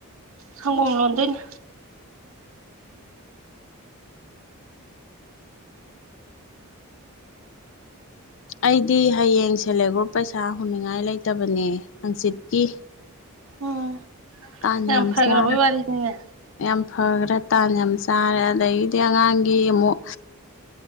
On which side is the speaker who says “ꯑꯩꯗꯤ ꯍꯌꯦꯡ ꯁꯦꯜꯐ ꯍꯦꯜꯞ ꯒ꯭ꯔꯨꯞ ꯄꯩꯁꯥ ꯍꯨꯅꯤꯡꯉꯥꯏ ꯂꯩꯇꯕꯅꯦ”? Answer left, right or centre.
Left